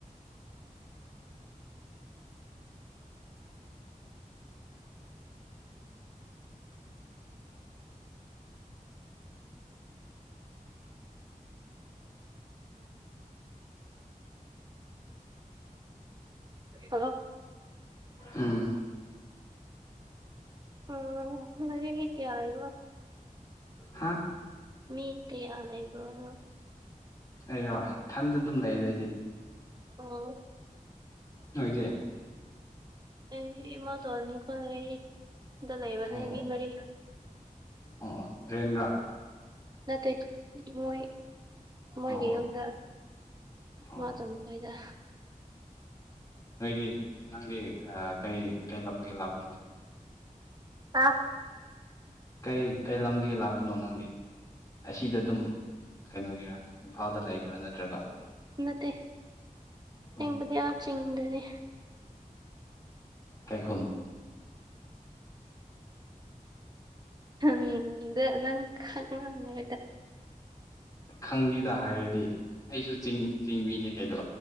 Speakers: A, on the right; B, on the left.
A: ꯍꯜꯂꯣ
B: ꯎꯝ
A: ꯎꯝ ꯃ ꯃꯤ ꯀꯌꯥꯑꯕ
B: ꯍꯥ
A: ꯃꯤ ꯀꯌꯥ ꯂꯩꯕ꯭ꯔꯣꯅꯣ
B: ꯑꯩꯔꯣ ꯏꯊꯟꯗ ꯑꯗꯨꯝ ꯂꯩ ꯑꯗꯩꯗꯤ
A: ꯎꯝ
B: ꯅꯣꯏꯗꯤ
A: ꯑꯦ ꯃ ꯇ ꯑꯣꯜꯅꯤ ꯈꯣꯏ ꯗ ꯂꯩꯕ
B: ꯑꯣ ꯑꯣ
A: ꯃꯤꯦꯃꯔꯤ
B: ꯑꯣ <unintelligible> ꯔꯦꯟꯗ꯭ꯔꯥ
A: ꯅꯠꯇꯦ ꯃꯣꯏ ꯃꯣꯏꯒꯤ
B: ꯑꯣ ꯑꯣ
A: ꯌꯨꯝꯗ
B: ꯑꯣ
A: ꯃꯥ
B: ꯑꯣ
A: ꯇꯝ ꯐꯥꯏꯗ
B: ꯅꯣꯏꯗꯤ ꯅꯪꯗꯤ ꯀꯩ ꯀꯩ ꯂꯝꯒꯤ ꯂꯥꯛꯄ
A: ꯑꯥ
B: ꯀꯩ ꯀꯩ ꯂꯝꯗꯒꯤ ꯂꯥꯛꯄꯅꯣ ꯅꯪꯗꯤ ꯑꯁꯤꯗ ꯑꯗꯨꯝ ꯀꯩꯅꯣꯒꯤꯔꯥ ꯏꯝꯐꯥꯜꯗ ꯂꯩꯕ꯭ꯔꯥ ꯅꯠꯇ꯭ꯔꯒ
A: ꯅꯠꯇꯦ ꯍꯦꯡꯕꯨꯗꯤ
B: ꯎ
A: ꯌꯥꯝ ꯆꯤꯡꯗꯅꯤ
B: ꯀꯥꯏꯈꯣꯟ
A: ꯎꯝ ꯈꯥꯏꯇ
B: ꯈꯪꯅꯤꯗ ꯍꯥꯏꯔꯗꯤ ꯑꯩꯁꯨ ꯆꯤꯡ ꯆꯤꯡꯕꯤꯅꯤ ꯀꯩꯩꯅꯣ